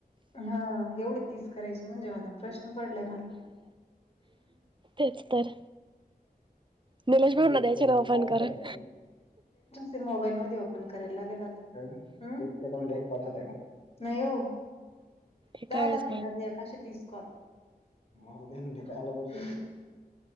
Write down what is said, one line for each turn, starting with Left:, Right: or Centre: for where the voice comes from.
Left: हा एवढीच तीस करायचे म्हणजे मा प्रश्न पडलाय मला
Right: तेच तर निलेश
Left: आणिज
Right: भाऊंना द्यायचे ना ओ फोन करून
Left: ते मोबाईल मध्ये ओपन करायला लागेला प होत का? नाही हो
Right: एका
Left: दहा
Right: वेळेस
Left: दहा मिनटात
Right: मग
Left: या काश तीस कॉल मर देनती काला बस.